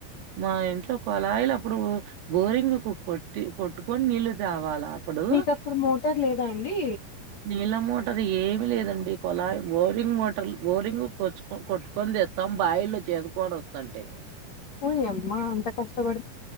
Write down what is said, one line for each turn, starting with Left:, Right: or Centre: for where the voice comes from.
Right: మా ఇంట్లో కుళాయిలు అప్పుడు బోరింగ్ కొట్టి కొట్టుకొని నీళ్ళు తేవాలా అప్పుడు
Left: మీకప్పుడు మోటార్ లేదా అండి
Right: నీళ్ళ మోటార్ ఏమి లేదండి కొలాయ్ బోరింగ్ మోటర్ బోరింగ్ కొచ్చి కొట్టుకొని తెస్తాం బా ళ్లు చేదుకోని వస్తంటే
Left: ఓయ్మ్మా అంత కష్టపడు